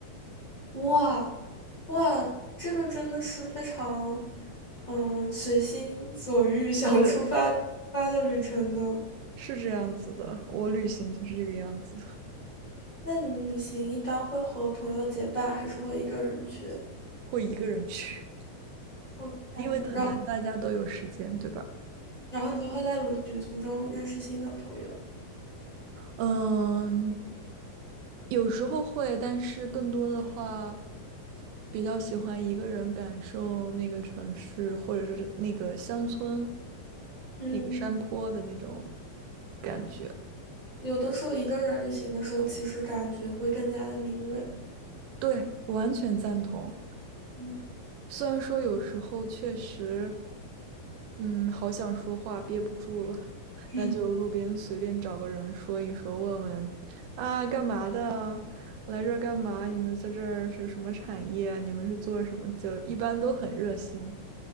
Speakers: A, on the left; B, on the right.
A: 哇，哇，这个真的是非常，嗯，随心所欲 <laughs> 想出发就出发的旅程呢。
B: 对，是这样子的，我旅行就是这个样子，
A: 那你旅行一般会和朋友结伴，还是会一个人去？
B: 会一个人去，
A: 我然后
B: 因为很难大家都有时间，对吧？
A: 然后你就会在旅旅途中认识新的朋友。
B: 嗯，有时候会，但是更多的话，比较喜欢一个人感受那个城市，或者是那个乡村、
A: 嗯，
B: 那个山坡的那种感觉。
A: 有的时候一个人旅行的时候，其实感觉会更加的敏锐。
B: 对，完全赞同。
A: 嗯，
B: 虽然说有时候确实，嗯，好想说话憋不住了，<laughs>
A: 嗯，
B: 那就路边随便找个人说一说，问问啊，干嘛的啊？来这儿干嘛？你们在这儿是什么产业？你们是做什么？就一般都很热心。